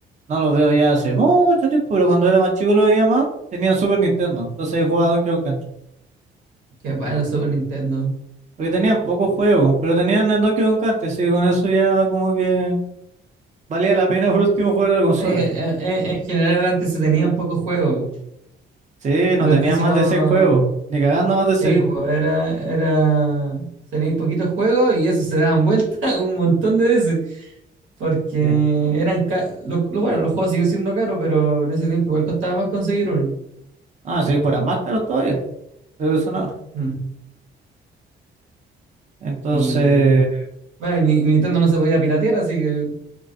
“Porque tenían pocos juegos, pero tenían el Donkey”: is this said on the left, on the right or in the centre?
Right